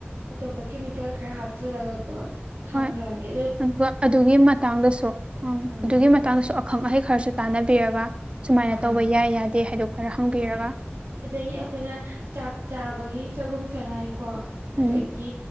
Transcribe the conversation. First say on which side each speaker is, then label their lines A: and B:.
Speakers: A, on the right; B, on the right.
A: ꯑꯇꯣꯞꯄ ꯀꯦꯃꯤꯀꯦꯜ ꯈꯔ ꯍꯥꯞꯆꯤꯜꯂꯒꯀꯣ ꯊ꯭ꯔꯥꯅꯤ
B: ꯍꯣꯏ ꯑꯗꯨꯒ ꯑꯗꯨꯒꯤ ꯃꯇꯥꯡꯗꯁꯨ ꯎꯝ
A: ꯑꯪ
B: ꯑꯗꯨꯒꯤ ꯃꯇꯥꯡꯗꯁꯨ ꯑꯈꯪ ꯑꯍꯩ ꯈꯔꯁꯨ ꯇꯥꯟꯅꯕꯤꯔꯒ ꯁꯨꯃꯥꯏꯅ
A: ꯑꯪ
B: ꯇꯧꯕ ꯌꯥꯏ ꯌꯥꯗꯦ ꯍꯥꯏꯗꯣ ꯈꯔ ꯍꯪꯕꯤꯔꯒ
A: ꯍꯣꯏ ꯑꯗꯒꯤ ꯑꯩꯈꯣꯏꯅ ꯆꯥꯛ ꯆꯥꯕꯒꯤ ꯆꯒꯨꯝ ꯆꯅꯥꯏꯀꯣ
B: ꯎꯝ
A: ꯑꯗꯒꯤ